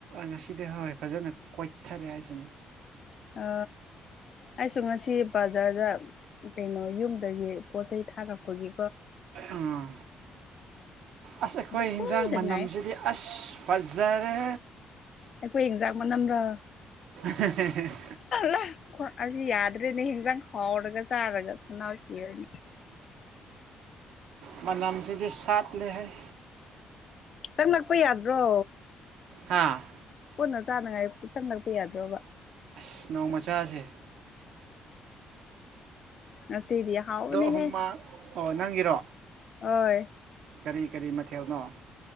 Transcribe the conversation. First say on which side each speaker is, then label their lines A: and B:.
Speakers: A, on the right; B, on the left.
A: ꯉꯁꯤꯗꯤ ꯍꯣꯏ ꯐꯖꯅ ꯀꯣꯏꯊꯔꯦ ꯍꯥꯏꯁꯤꯅꯦ
B: ꯑ ꯑꯩꯁꯨ ꯉꯁꯤ ꯕꯖꯥꯔꯗ ꯀꯩꯅꯣ ꯌꯨꯝꯗꯒꯤ ꯄꯣꯠ ꯆꯩꯩ ꯊꯥꯔꯛꯄꯒꯤ
A: ꯎꯝ ꯑꯁ ꯑꯩꯈꯣꯏ
B: ꯑꯗꯨ
A: ꯌꯦꯟꯖꯥꯡ
B: ꯀꯨꯏꯅ
A: ꯃꯅꯝꯁꯤꯗꯤ
B: ꯉꯥꯏ
A: ꯑꯁ ꯐꯖꯔꯦ
B: ꯑꯩꯣꯏ ꯏꯖꯥꯛ ꯃꯅꯝ꯭ꯔ
A: <unintelligible>
B: ꯂ ꯑꯁꯤ ꯌꯥꯗ꯭ꯔꯦꯅꯦ ꯍꯟꯖꯥꯡ ꯍꯥꯎꯔꯒ ꯆꯥꯔꯒ ꯈꯅꯥꯁꯤꯅꯤ
A: ꯅꯝꯁꯤꯗꯤ ꯁꯥꯠꯂꯦ ꯍꯥꯏ
B: ꯆꯪꯪꯂꯛꯄ ꯌꯥꯗ꯭ꯔꯣ
A: ꯍꯥꯥ
B: ꯀꯟꯅ ꯆꯥꯅꯉꯥꯏ ꯆꯪꯪꯂꯛꯄ ꯌꯥꯗ꯭ꯔꯣꯕ
A: ꯑꯁ ꯅꯥꯎꯃꯆꯥꯁꯦ
B: ꯑ ꯁꯤꯦꯔꯤꯌꯥ ꯍꯥꯎꯅꯦꯍꯦ
A: ꯍꯨꯃꯥꯡ ꯑꯣ ꯅꯪꯒꯤꯔꯣ
B: ꯑꯣ
A: ꯀꯔꯤ ꯀꯔꯤ ꯃꯊꯦꯜꯅꯣ